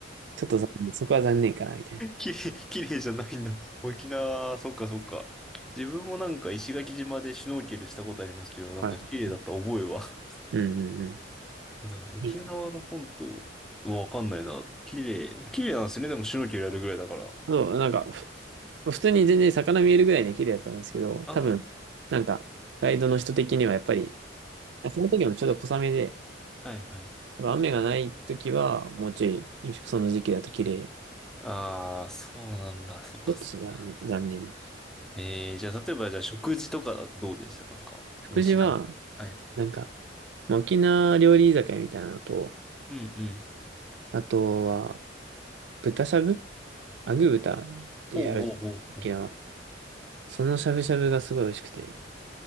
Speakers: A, on the right; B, in the centre.
A: ちょっと残念そこは残念かな、みたい
B: きれい、きれいじゃないんだ。沖縄、そっかそっか。自分もなんか石垣島でシュノーケルしたことありますけど、なんか綺麗だった覚えは。
A: な。はい。うんうんうん。
B: まあ、でも沖縄の本島はわかんないな。
A: いいな。
B: 綺麗。綺麗なんですよね。でもシュノーケルやるぐらいだから。
A: そう、なんか、普通に全然魚見えるぐらいね綺麗だったんですけど、
B: あ
A: 多分、なんか、ガイドの人的にはやっぱり、その時もちょっと小雨で、
B: あ、はいはい。
A: やっぱ雨がない時は、もうちょい、その時期だと綺麗。
B: ああ、そうなんだ。そっかそっか。
A: ちょっとそれはね、残念。
B: えー、じゃあ例えばじゃあ食事とかだとどうでしたなんか、
A: 福寺は、
B: 美味しい食はべ。い。はいはい。
A: なんか、まあ沖縄料理居酒屋みたいなのと、
B: うんうん。
A: あとは、豚しゃぶアグ豚ってある、
B: ほうほうほうほう。
A: 沖縄。そのしゃぶしゃぶがすごい美味しくて。